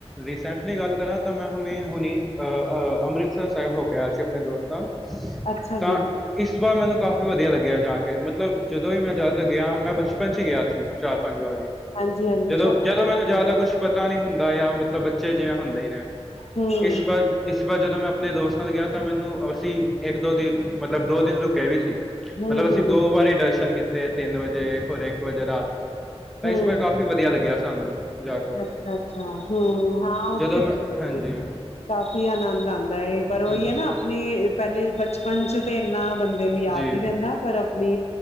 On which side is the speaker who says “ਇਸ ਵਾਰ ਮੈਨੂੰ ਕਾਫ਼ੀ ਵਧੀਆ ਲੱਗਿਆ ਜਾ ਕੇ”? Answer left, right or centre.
Centre